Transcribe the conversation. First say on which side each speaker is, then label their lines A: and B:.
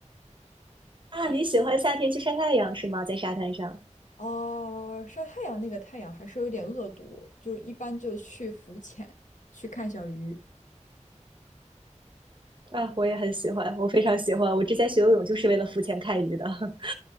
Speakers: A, on the right; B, on the left.
A: 啊。你喜欢夏天去晒太阳是吗？在沙滩上
B: 哦，晒太阳那个太阳还是有点恶毒，就是一般就去浮潜，去看小鱼，
A: 啊，我也很喜欢，我非常喜欢。我之前学游泳就是为了浮潜看鱼的。<laughs>